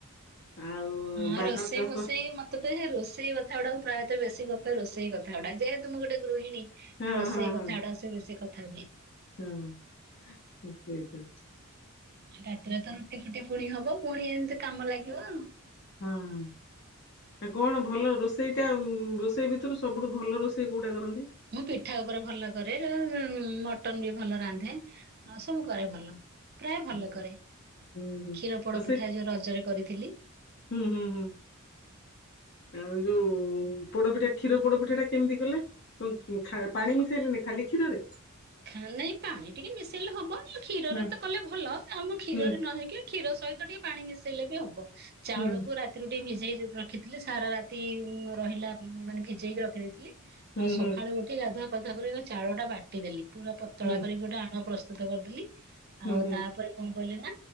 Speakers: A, on the left; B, on the right.
A: ଆଉ
B: ହଁ
A: ବାଦାମ
B: ରୋଷେଇ
A: ଚାଷ
B: ଭୋଷେଇ ମତେ ତ ରୋଷେଇ କଥା ଗୁଡ଼ା କୁ ପ୍ରାୟତଃ ବେଶୀ ଗପେ ରୋଷେଇ କଥା ଗୁଡ଼ା ଯେହେତୁ ତ ମୁଁ ଗୋଟେ ଗୃହିଣୀ
A: ହଁ
B: ରୋଷେଇ
A: ହଁ ହଁ
B: କଥା ଅଡ଼ାବେସି କଥା ହୁଏ।
A: ହଁ ସେଇ ତ
B: ରାତିରେ ତ ରୁଟି ଫୁଟି ପୁଣି ହବ ପୁଣି ଏମିତି କାମ ଲାଗିବ ଆଉ।
A: ହଁ। ଆ କଣ ଭଲ ରୋଷେଇଟା ରୋଷେଇ ଭିତରୁ ସବୁଠୁ ଭଲ ରୋଷେଇ କୋଉଟା କରନ୍ତି।
B: ମୁଁ ପିଠା ଉପରେ ଭଲ କରେ ମଟନ ବି ଭଲ ରାନ୍ଧେ। ହଁ ସବୁ କରେ ଭଲ ପ୍ରାୟ
A: ହଁ
B: ଭଲ କରେ
A: ହୁଁ ହୁଁ
B: କ୍ଷୀର ପୋଡ଼
A: ରୋଷେଇ
B: ପିଠା ଯୋଉ ରଜରେ କରିଥିଲି।
A: ହୁଁ ହୁଁ ହୁଁ। ଆଉ ଯୋଉ ପୋଡ଼ପିଠା କ୍ଷୀର ପୋଡ଼ପିଠା ଟା କେମିତି କଲେ? <unintelligible> ପାଣି ମିଶେଇଲେନି ଖାଲି କ୍ଷୀରରେ?
B: ଖା -ନାଇଁ ପାଣି ଟିକେ ମିଶେଇଲେ ହବନି କ୍ଷୀରରେ
A: ହୁଁ
B: ତ କଲେ ଭଲ। ଆମ କ୍ଷୀରରେ
A: ହୁଁ
B: ନ ହେଇକି କ୍ଷୀର ସହିତ ଟିକେ ପାଣି ମିଶେଇଲେ ବି ହବ। ଚାଉଳକୁ
A: ହୁଁ
B: ରାତିରୁ ଟିକେ ଭିଜ ଭିଜେଇ ରଖିଥିଲି ସାରା ରାତି ରହିଲା ମାନେ ଭିଜେଇକି ରଖିଦେଇଥିଲି।
A: ହୁଁ
B: ଆଉ ସଖାଳେ
A: ହୁଁ
B: ଉଠି ଗାଧୁଆ ପାଧୁଆ କରି ଏକା ଚାଉଳ ଟା ବାଟିଦେଲି। ପୁରା ପତଳା
A: ହୁଁ
B: କରିକି ଗୋଟେ ଆଣ ପ୍ରସ୍ ସ୍ତୁତ କରିଦେଲି।
A: ହୁଁ
B: ଆଉ
A: ହୁଁ
B: ତାପରେ କଣ କଲିନା